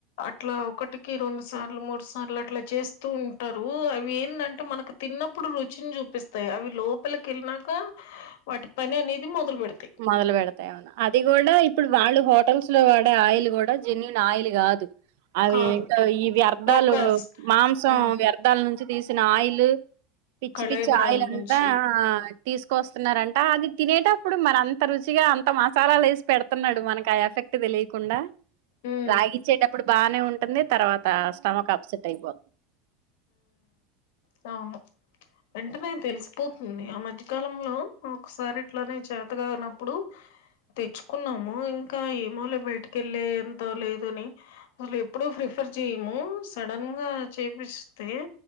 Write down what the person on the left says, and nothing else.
అట్లా ఒకటికి రెండు సార్లు మూడు స ర్లు అట్లా చేస్తూ ఉంటారు అవి ఏందంటే మనకు తిన్నప్పుడు రుచిన్ జూపిస్ స్తాయ్ అవి లోపలికెళ్నాంక వాటి పని అనేది మొదల్ బెడుతాయ్
కాదు
లోకస్
ఆ
కళేబరాల
నుంచి
ఉమ్
తవును వెంటనే తెలిసిపోతుంది ఆ మధ్యకాలంలో ఒక్సారి ఇట్లనే చాతగానప్పుడు తెచ్చుకున్నాము ఇంకా ఏమోలే బయటకెళ్ళే అంత లేదని ఊర్లో ఎప్పుడు ఎప్పుడూ ప్రిఫర్ జేయ్ మూ సడన్ గా చేపిస్తే